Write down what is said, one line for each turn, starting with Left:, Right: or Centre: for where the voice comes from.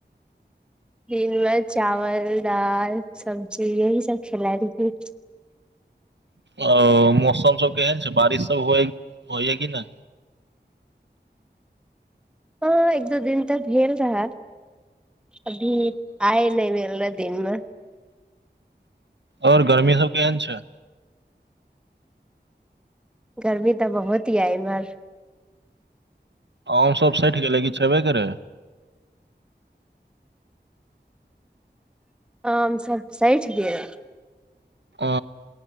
Centre: दिन मे चावल दाल सब्जी यही सब खेलाय रहियै।
Right: ओ मौसम सब केहन छैय बारिश सब हो होइया कि नहि?
Centre: हँ एक दू दिन तऽ भेल रहा। अभी आय नहि भेल रह दिनमे।
Right: आओर गर्मी सब केहन छैय?
Centre: गर्मी तऽ बहुत यऽ एम्हर।
Right: आम सब सठि गेलै कि छेबे करै?
Centre: आम सब सैठ गेल।
Right: ह